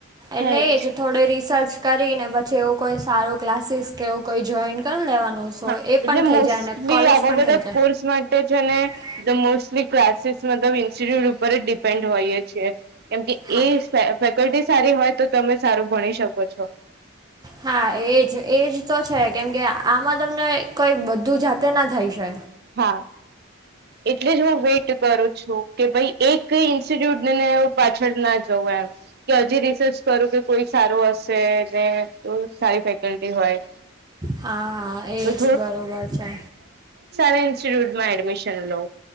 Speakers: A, on the right; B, on the right.
A: હા
B: એટલે
A: એજ
B: એ જ થોડ રિસર્ચ કરીને પછી એવું કોઈ સારું ક્લાસીસ કે એવું કોઈ જોઈન કરી લેવાનું. સો
A: હા
B: એ પણ
A: એટલે મોસ્ટલી
B: થઈ જાય અને કોલેજ
A: આવા
B: પણ
A: બધા
B: થઈ
A: કોર્સમાં
B: જાય
A: મોસ્ટલી ક્લાસીસ મતલબ ઇન્સ્ટિટ્યુટ ઉપર જ ડિપેન્ડ હોઈએ છીએ. કેમકે
B: હા
A: એ ફેકલ્ટી સારી હોય તો તમે સારું ભણી શકો છો.
B: હા એજ એજ તો છે કેમ કે આમાં તમને કઈ બધું જાતે ના થાય છે.
A: હા એટલે જ હું વેઇટ કરું છું. કે ભાઈ એક ઇન્સ્ટિટ્યુટ ને પાછળ ના જવું એમ કે હજી રિસર્ચ કરું કે કોઈ સારું હશે ને તો સારી ફેકલ્ટી હોય.
B: હા એજ
A: તો
B: બરોબર છે.
A: ઇન્સ્ટિટ્યુટમાં એડમિશન લઉ.